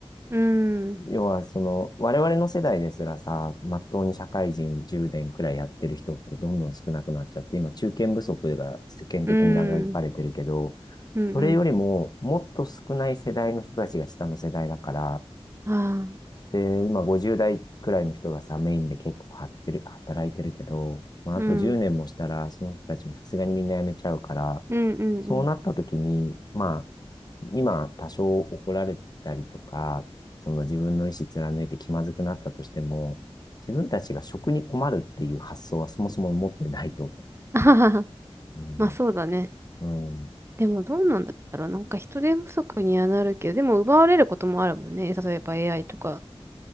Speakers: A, on the right (about 25°); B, on the left (about 40°).
A: うん、うん、
B: 要は、その、我々の世代ですらさ、まっとうに社会人10年くらいやってる人ってどんどん少なくなっちゃって、今中堅不足が世間的に嘆かれてるけど、
A: うん、うん、
B: それよりももっと少ない世代の人たちが下の世代だから、
A: ああ、
B: で、今50代くらいの人がさ、メインで結構張ってる、働いてるけど、まあ、
A: うん、
B: あと10年もしたら、
A: うん、
B: その人たちもさすがにみんな辞めちゃうから、
A: うん、うん。
B: そうなった時に、まあ、今多少怒られたりとか、その自分の意思貫いて気まずくなったとしても、自分たちが職に困るっていう発想はそもそも持ってないと思
A: <laughs> あはは
B: う。うん。
A: まあそうだね。
B: うん。
A: でもどうなんだろう。なんか人手不足にはなるけど、でも奪われることもあるもんね。例えば AI とか。